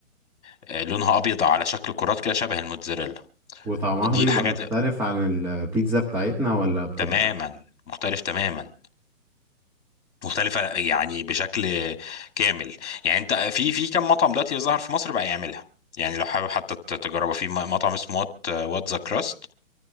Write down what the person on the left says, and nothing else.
آه، لونها ابيض على شكل كرات كده شبه الموتزاريلا
دي
الحاجات
تماما مختلف تماما مختلفه يعني بشكل كامل يعني انت في في كم مطعم دلوقتي ظهر في مصر بقى يعملها يعني لو حابب حتى ت- تجربها في م- مطعم اسمه وات وات ذا كراست